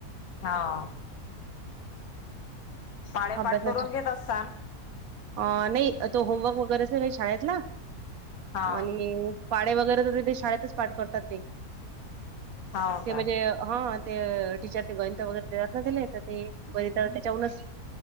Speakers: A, on the left; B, on the right.
A: होव. पाढे पाठ
B: अभ्यासाचा
A: करून घेत असताल
B: अ नाही तो होमवर्क वगैरे असेल शाळेत ना
A: हा
B: आणि पाढे वगैरे तर तेे शाळेतच पाठ करतात ते
A: हो का
B: ते म्हणजे हा ते टीचर ते गणितं वगैरे देतात ना दिले तर ते गणित त्याच्याहुनच